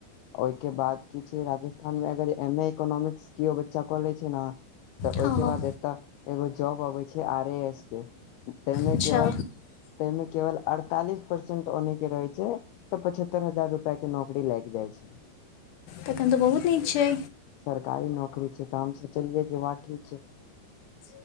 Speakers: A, on the left (about 80°); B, on the left (about 60°).
A: ओहिके बाद कि छैय राजस्थान मे अगर एम इकोनॉमिक्स किओ बच्चा कऽ लैय छैय नै ओहिके
B: हँ
A: बाद एतय एगो जॉब अबै छै आर एस के ताहिमे
B: अच्छा
A: केवल ताहिमे केवल अड़ताली सँ परसेंट ओनेहते रहे छै त। पचहत्तर हजार रुपआ के नौकरी लागि जाइ छै
B: तखन त बहुत नीक छै
A: सरकारी नौकरी छै त हम सोचलियै जे वाह ठीक छै